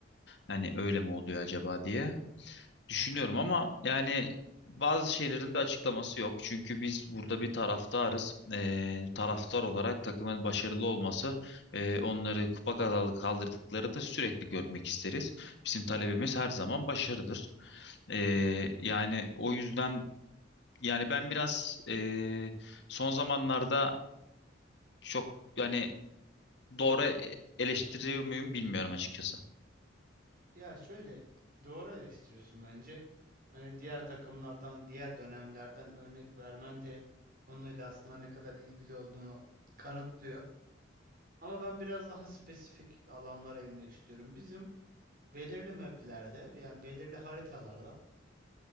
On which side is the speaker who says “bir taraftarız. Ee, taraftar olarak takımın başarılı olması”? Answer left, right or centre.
Left